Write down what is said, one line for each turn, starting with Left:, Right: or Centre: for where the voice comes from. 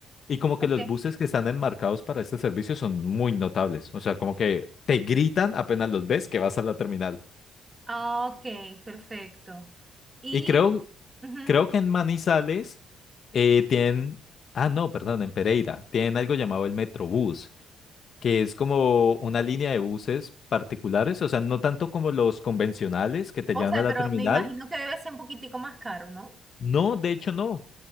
Left: Y como que
Right: Ok,
Left: los buses que están enmarcados para este servicio son muy notables. O sea, como que te gritan apenas los ves que vas a la terminal.
Right: Ah, ok, perfecto. Y,
Left: Y creo,
Right: ujú.
Left: creo que en Manizales eh, tienen... Ah, no, perdón, en Pereira. Tienen algo llamado el Metrobús que es como una línea de buses particulares, o sea, no tanto como los convencionales que te
Right: O
Left: llevan
Right: sea,
Left: a la
Right: pero
Left: terminal.
Right: me imagino que debe ser un poquitico más caro, ¿no?
Left: No, de hecho no,